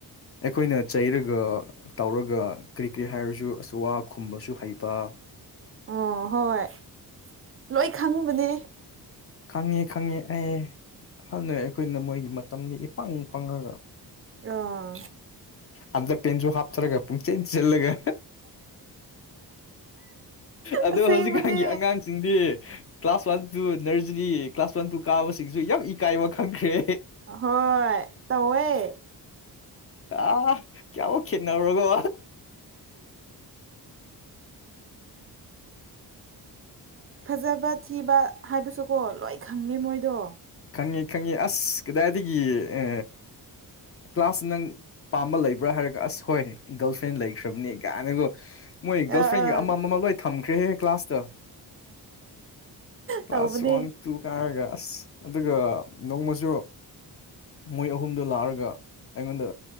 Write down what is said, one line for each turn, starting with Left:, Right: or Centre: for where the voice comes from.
Left: ꯑꯩꯈꯣꯏꯅ ꯆꯩꯔꯒ ꯇꯧꯔꯒ ꯀꯔꯤ ꯀꯔꯤ ꯍꯥꯏꯔꯁꯨ ꯑꯁ ꯋꯥ ꯈꯨꯝꯕꯁꯨ ꯍꯩꯕ
Right: ꯑꯣ ꯍꯣꯏ ꯂꯣꯏ ꯈꯪꯕꯅꯦ
Left: ꯈꯪꯉꯤ ꯈꯪꯉꯤ ꯑꯩ ꯍꯥꯟꯅꯩ ꯑꯩꯈꯣꯏꯅ ꯃꯣꯏꯒꯤ ꯃꯇꯝꯗꯤ ꯏ ꯄꯪ ꯄꯪꯔꯒ
Right: ꯑꯥ
Left: ꯑꯟꯗꯔ ꯄꯦꯟꯁꯨ ꯍꯥꯞꯆꯔꯒ ꯄꯨꯡꯆꯦꯟ ꯆꯦꯜꯂꯒ ꯑꯗꯣ
Right: ꯑꯁꯦꯡꯕꯅꯦ
Left: ꯍꯧꯖꯤꯛꯀꯥꯟꯒꯤ ꯑꯉꯥꯡꯁꯤꯡꯗꯤ class one two nursery class one two ꯀꯥꯕꯁꯤꯡꯁꯨ ꯌꯥꯝ ꯏꯀꯥꯏꯕ ꯈꯪꯈ꯭ꯔꯦ
Right: ꯑꯍꯣꯏ ꯇꯧꯑꯦ
Left: ꯑꯥ ꯀꯌꯥꯃꯨꯛ ꯈꯦꯠꯅꯔꯨꯔꯣꯒꯣ
Right: ꯐꯖꯕ ꯊꯤꯕ ꯍꯥꯏꯕꯁꯨꯀꯣ ꯂꯣꯏ ꯈꯪꯉꯦ ꯃꯣꯏꯗꯣ
Left: ꯈꯪꯉꯤ ꯈꯪꯉꯤ ꯑꯁ ꯀꯗꯥꯏꯗꯒꯤ ꯑ ꯀ꯭ꯂꯥꯁ ꯅꯪ ꯄꯥꯝꯕ ꯂꯩꯕ꯭ꯔꯥ ꯍꯥꯏꯔꯒ ꯑꯁ ꯍꯣꯏ ꯒꯔꯜ ꯐ꯭ꯔꯦꯟ ꯂꯩꯈ꯭ꯔꯕꯅꯤ ꯀꯥꯏꯅꯒꯣ ꯃꯣꯏ ꯒꯔꯜꯐ꯭ꯔꯦꯟꯒ
Right: ꯑ ꯑꯥ
Left: ꯑꯃ ꯑꯃꯃ ꯂꯣꯏ ꯊꯝꯈ꯭ꯔꯦꯍꯦ ꯀ꯭ꯂꯥꯁꯇ ꯀ꯭ꯂꯥꯁ
Right: ꯇꯧꯕꯅꯦ
Left: ꯋꯥꯟ ꯇꯨ ꯀꯥꯔꯒ ꯑꯁ ꯑꯗꯨꯒ ꯅꯣꯡꯃꯁꯨ ꯃꯣꯏ ꯑꯍꯨꯝꯗꯣ ꯂꯥꯛꯑꯒ ꯑꯩꯉꯣꯟꯗ